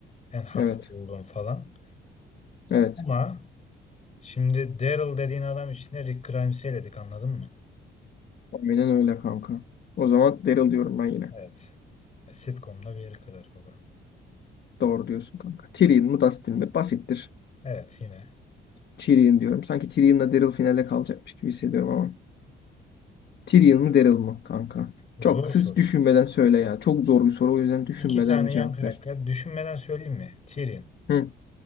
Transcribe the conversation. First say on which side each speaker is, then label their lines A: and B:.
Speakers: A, on the left (about 35°); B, on the left (about 55°).
A: En haklı
B: Evet.
A: olduğum falan.
B: Evet.
A: Ama şimdi Daryl dediğin adam içinde Rick Grimes'i eledik anladın mı?
B: Aynen öyle kanka. O zaman Daryl diyorum ben yine.
A: Evet. Ya, Sitcom'da bir yere kadar baba.
B: Doğru diyorsun kanka. Tyrion mu Dustin mi? Basittir.
A: Evet yine.
B: Tyrion diyorum. Sanki Tyrion'la Daryl finale kalacakmış gibi hissediyorum ama. Tyrion mu Daryl mı kanka?
A: Zor
B: Çok
A: soru.
B: hız düşünmeden söyle ya. Çok zor bir soru o yüzden düşünmeden
A: İki tane
B: bir cevap
A: yan karakter.
B: ver.
A: Düşünmeden söyleyeyim mi? Tyrion.
B: Hı,